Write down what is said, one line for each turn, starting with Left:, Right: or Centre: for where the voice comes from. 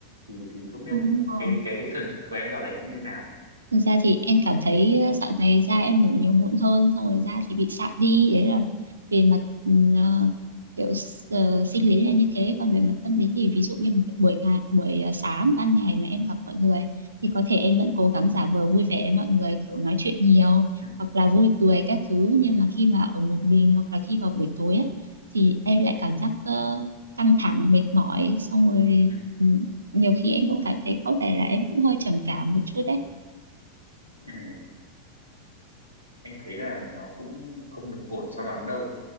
Left: thì thì không biết
Right: Ừm,
Left: là
Right: ờ.
Left: cái cái thần sắc của em dạo này nó như thế nào
Right: Thực ra thì em cảm thấy ờ, dạo này da em nổi nhiều mụn hơn xong rồi da thì bị sạm đi đấy là về mặt ừm, ờ, kiểu s- ờ, sinh lý là như thế còn về mặt tâm lý thì ví dụ như bu- buổi ngày buổi ờ, sáng ban ngày mà em gặp mọi người thì có thể em vẫn cố gắng giả vờ vui vẻ với mọi người kiểu nói chuyện nhiều
Left: ừ,
Right: hoặc là vui cười các thứ nhưng mà khi mà ở một mình hoặc là khi vào buổi tối ấy, thì em lại cảm giác ờ, căng thẳng mệt mỏi xong rồi
Left: ừ,
Right: ừm, nhiều khi em cũng cảm thấy có vẻ là em cũng hơi trầm cảm một chút đấy
Left: ừ. em thấy là nó cũng không được ổn cho lắm đâu